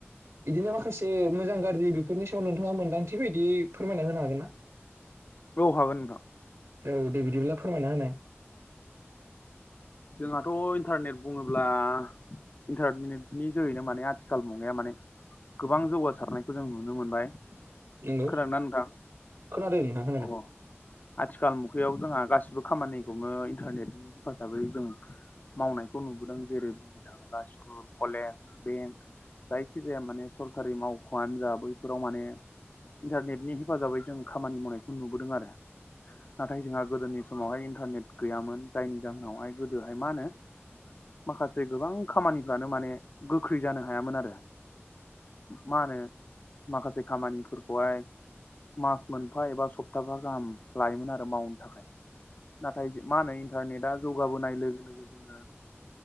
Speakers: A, on the right; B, on the left.
A: बिदिनो माखासे मोजां गाज्रि बेफोरनि सायाव नोंथाङा मोन्दांथि बायदि फोरमायना होनो हागोन ना?
B: औ हागोन नोंथां
A: औ दे बिदिब्ला फोरमायना होनाय।
B: जोंहाथ' ईन्टारनेट बुङोब्ला ईन्टारनेटनि जोहैनो माने आथिखाल मुगाया माने। गोबां जौगासारनायखौ जों नुनो मोनबाय
A: नंगौ
B: खोनादोंना नोंथां?
A: खोनादों नोंथां खोनादों
B: अ आथिखाल मुगायाव जोंहा गासिबो। खामानिखौनो ईन्टारनेटनि हेफाजाबै। जों मावनायखौ नुबोदों जेरै बुंनो थाङोब्ला स्कुल कलेज बेंक। जायखिजाया माने सरकारि मावख'आनो जा बैफोराव माने। ईन्टारनेटनि हेफाजाबै जों खामानि मावनायखौ नुबोदों आरो। नाथाय जोंहा गोदोनि समावहाय ईन्टारनेट गैयामोन जायनि जाहोनावहाय। गोदोहाय मा होनो माखासे गोबां खामानि यानो माने गोख्रै जानो हायामोन आरो मा होनो माखासे खामानिफोरखौहाय मास मोनफा एबा सप्ताहा गाहाम लायोमोन आरो मावनो थाखाय नाथाय मा होनो इन्टारनेटा जौगाबोनाय लोगो लोगो जोङो